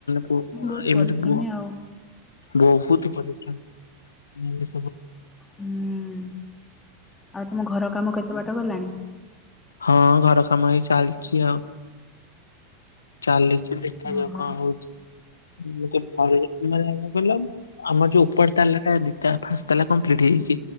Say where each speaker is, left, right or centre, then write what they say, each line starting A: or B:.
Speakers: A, on the left; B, on the left.
A: ପୁଅ
B: ବହୁତ
A: ଏମିତି
B: ପରିଶ୍ରମୀ
A: ପୁଅ।
B: ଆଉ
A: ବହୁତ ପରିଶ୍ରମ ମୋର ସବ୍
B: ହୁଁ ଆଉ ତମ ଘର କାମ କେତେ ବାଟ ଗଲାଣି?
A: ହଁ ଘର କାମ ହେଇ ଚାଲିଛି ଆଉ ଚାଲିଛି ଦେଖ ଦେଖାଯାଉ
B: ଓହୋ
A: କଣ ହଉଛି ଗୋଟେ ଫଳ ଅଛି କଣ କହିଲ। ଆମର ଯୋଉ ଉପର ତାଲା ଟା ଦି ତା ଫାଷ୍ଟ ତାଲା କଂପ୍ଲିଟ୍ ହେଇଯାଇଛି